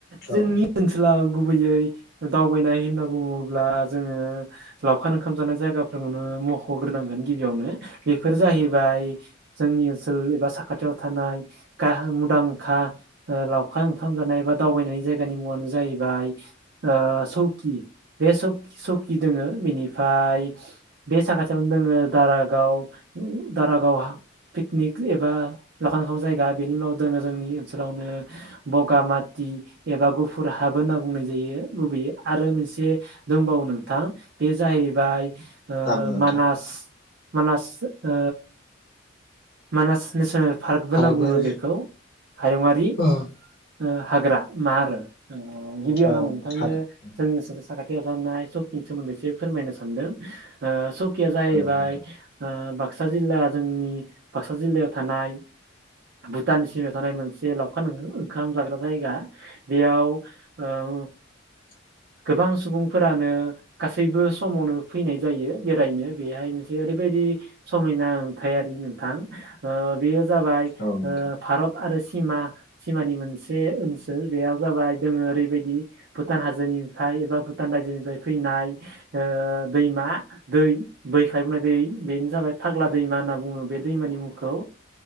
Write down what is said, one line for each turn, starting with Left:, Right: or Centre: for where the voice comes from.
Right: जोंनि
Left: औ
Right: ओनसोलाव गुबैयै दावबायनाय होनना बुंङो ब्ला जों लावखार ओंखाम जानाय जायगाफोरखौनो मख'ग्रोनांगोन गिबियावनो बेफोर जाहैबाय जोंनि ओनसोल एबा साखाथियाव थानाय गाहाम मुंदांखा हा औ लावखार ओंखाम जानाय एबा दावबायनायनि जायगानि मुङानो जाहैबाय सौकि बे सक सौकि दोङो बेनिफाय बे साखाथियावनो दोङो दारागाव दारागावहा पिकनिक एबा लाखांखां <unintelligible> जायगा बेनि उनाव दोङो जोंनि ओनसोलावनो बगामा ति एबा गुफुर हाबो होनना बुंनाय जायो लुबैयोै आरो मोनसे दंबावो नोंथां बे जाहैबाय ओ
Left: औ नोंथां
Right: मानास मानस ओ मानास नेसनेल पार्कबो
Left: हायोबाल
Right: होनना बुङो बेखौ हायुङारि
Left: औ
Right: ओ हाग्रा मा आरो गिबियावनो
Left: औ
Right: आं नोंथांनो
Left: हागोन
Right: जोंनि बो गाननाय सौकि सोमोन्दै एसे फोरमायनो सानदों ओ सौकिया जाहैबाय
Left: औ नोंथां
Right: बाक्सा जिल्ला जोंनि बाक्सा जिल्लायाव थानाय भुटान सिमायाव थानाय मोनसे लावखान ओंखाम जाग्रा जायगा बेयाव औ
Left: <inaudible>
Right: गोबां सुबुंफोरानो गासैबो समावनो फैनाय जायो बेरायनो बेहाय मोनसे ओरैबायदि समायना नुथायारि नोंथां ओ बेयो जाबाय
Left: औ नोंथां
Right: ओ भारत आरो सिमा सिमानि मोनसे ओनसोल बेयाव जाबाय दोङो ओरैबायदि भुटान हाजोनि निफ्राय एबा भुटान रायजोनिफ्राय फैनाय ओ दैमा दै दैख्लायबोननाय दै बेनो जाबाय फाग्ला दैमा होनना बुङो बे दैमानि मुंखौ